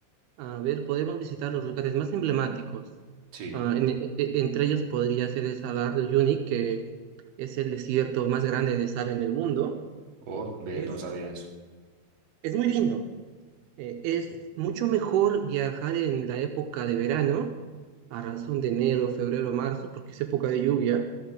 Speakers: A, on the right; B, on the right.
A: a ver, podemos visitar los lugares más emblemáticos.
B: Sí.
A: Ah, en- e- e- entre ellos podría ser el Salar de Uyuni, que es el desierto más grande de sal en el mundo.
B: Oh, ve,
A: Es,
B: no sabía eso.
A: es muy lindo. Eh, es mucho mejor viajar en la época de verano a razón de enero, febrero, marzo, porque es época de lluvia.